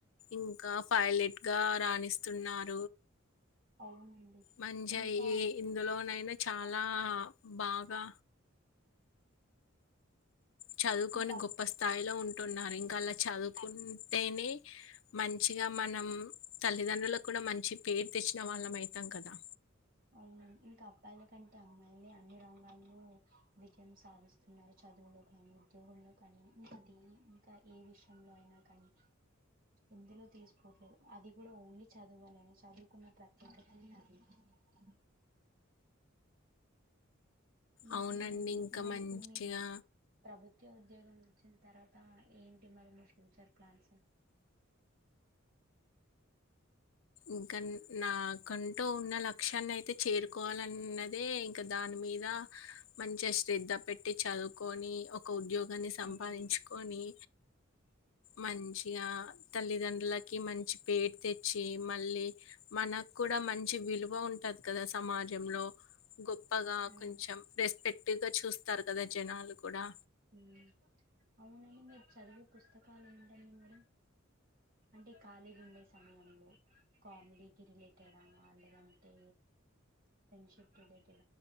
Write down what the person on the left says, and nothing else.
ఇంకా పైలెట్ గా రాణిస్తున్నారు
మంచిగా
ఏ ఇందులోనైనా చాలా బాగా చదువుకొని
గొప్ప స్థాయిలో ఉంట టున్నారు ఇంకా అలా చదువుకుంటేనే మంచిగా మనం తల్లిదండ్రులకు కూడా మంచి పేరు తెచ్చిన వాళ్ళం అయితాం కదా
అవునండి. ఇంకా
మంచిగా
ఇంకా నాకంటూ ఉన్న లక్ష్యాన్ని అయితే చేరుకోవాలన్నదే ఇంకా దాని మీద మంచి శ్రద్ధ పెట్టి చదువుకొని ఒక ఉద్యోగం కాని సంపాదించుకొని
మంచిగా తల్లిదండ్రులకి మంచి పేరు తెచ్చి మళ్ళీ మనకు కూడా మంచి విలువ ఉంటది కదా సమాజం గొప్పగా
కొంచెం రెస్పెక్ట్ పటిగా చూస్తారు కదా జనాలు కూడా